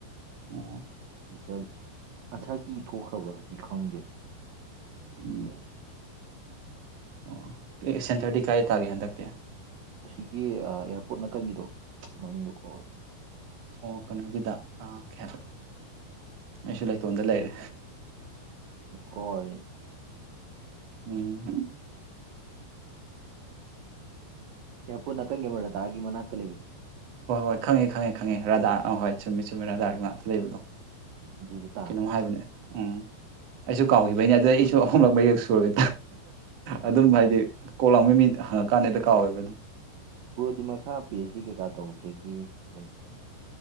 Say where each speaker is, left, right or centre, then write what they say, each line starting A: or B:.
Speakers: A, on the right; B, on the right.
A: ꯑꯣꯝ
B: ꯔꯤꯖꯜ ꯑꯟꯁꯥꯔ ꯀꯤ ꯊꯣꯛꯈ꯭ꯔꯕꯒꯗꯤ ꯈꯪꯗꯦ ꯗ꯭ꯔ
A: ꯎꯝ ꯑꯣ ꯑꯦ ꯁꯦꯟꯊꯔꯗꯤ ꯀꯥꯏ ꯇꯥꯒꯦ ꯍꯟꯗꯛꯇꯤ
B: ꯑꯁꯤꯒꯤ ꯑꯦꯌꯥꯔꯄꯣꯔꯠ ꯅꯥꯀꯟꯒꯤꯗꯣ ꯃꯃꯤꯡꯗꯣ ꯀꯧꯔꯦ
A: ꯑꯣ ꯀꯩꯅꯣꯒꯤꯗ ꯑꯥ ꯍꯥꯏ ꯑꯩꯁꯨ ꯂꯩꯇꯣꯟꯗ ꯂꯩꯔꯦ
B: ꯍꯣꯏ꯫
A: ꯎꯝ
B: ꯏꯌꯥꯔꯄꯣꯔꯠ ꯅꯥꯀꯟꯒꯤ ꯑꯃꯔꯇꯥꯒꯤ ꯃꯅꯥꯛꯇ ꯂꯩꯕꯅꯣ
A: ꯍꯣꯏ ꯍꯣꯏ ꯈꯪꯉꯦ ꯈꯪꯉꯦ ꯈꯪꯉꯦ ꯔꯙꯥ ꯑꯍ ꯍꯣꯏ ꯆꯨꯝꯃꯤ ꯆꯨꯝꯃꯤ ꯔꯥꯙꯥꯒꯤ ꯉꯥꯛꯇ ꯂꯩꯕꯗꯣ
B: ꯑꯗꯨꯗ ꯇꯥꯈꯤ
A: ꯀꯩꯅꯣꯃ ꯍꯥꯏꯕꯅꯦ ꯎꯝ ꯑꯩꯁꯨ ꯀꯥꯎꯈꯤꯕꯩꯅꯦ ꯑꯗꯨ ꯑꯩꯁꯨ ꯑꯍꯨꯝꯂꯛ ꯃꯌꯦꯛ ꯁꯨꯔꯦ
B: ꯎꯝ
A: ꯑꯗꯨꯝ ꯍꯥꯏꯗꯤ ꯀꯣꯛ ꯂꯥꯡꯕ ꯃꯤ ꯀꯥꯟꯅꯩꯗ ꯀꯥꯎꯋꯦꯕ ꯑꯗꯨꯝ
B: ꯕꯣꯔꯗꯤ ꯃꯈꯥ ꯄꯤ ꯑꯩꯆ ꯗꯤ ꯀꯩꯀꯥ ꯇꯧꯕꯒꯤ ꯂꯩꯇꯕ